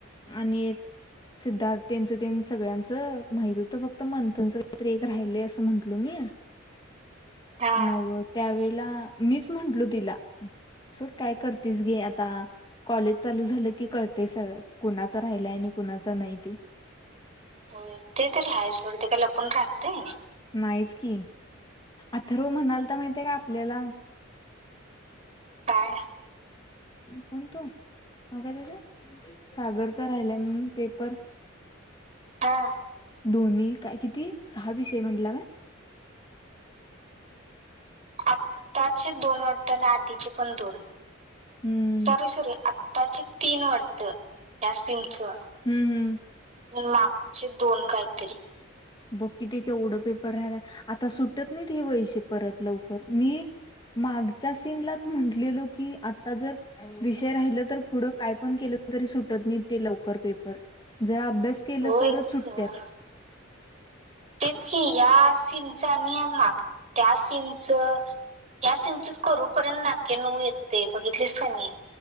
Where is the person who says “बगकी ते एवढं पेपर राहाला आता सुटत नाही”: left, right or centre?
Left